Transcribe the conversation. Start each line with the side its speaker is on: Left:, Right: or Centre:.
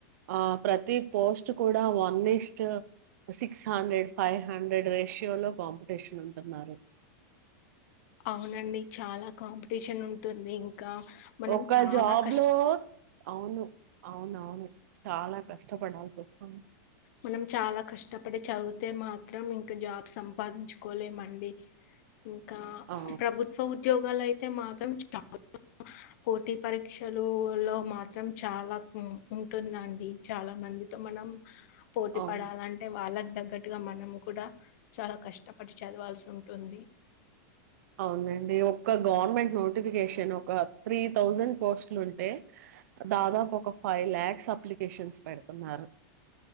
Right: ఆ ప్రతి పోస్ట్ కూడా వన్స్ట్ six hundred five hundred ratio లో కాంపిటీషన్ ఉంటున్నారు
Left: అవునండి చాలా కాంపిటీషన్ ఉంటుంది ఇంకా మనం
Right: ఒక
Left: చాలా
Right: జాబ్
Left: కష్టం
Right: లో అవును అవునవును చాలా కష్టపడాల్సి వస్తాంది
Left: మనం చాలా కష్టపడి చదివితే మాత్రం ఇంకా జాబ్ సంపాదించుకోలేమండి ఇంకా
Right: ఆ
Left: ప్రభుత్వ ఉద్యోగాలు అయి అయితే మాత్రం చాలా పోటీ పరీక్షలు లో మాత్రం చాలా ఉంటుందండి చాలా మందితో మనం పోటీ
Right: అవును
Left: పడాలంటే వాళ్ళకి తగ్గట్టుగా మనం కూడా చాలా కష్టపడి చదవాల్సి ఉంటుంది
Right: అవునండి ఒక్క గవర్నమెంట్ నోట్ టిఫికేషన్ ఒక త్రీ థౌజండ్ పోస్ట్లు ఉంటే దాదాపు ఒక ఫైవ్ ల్యాక్స్ అప్లికేషన్స్ పెడుతున్నారు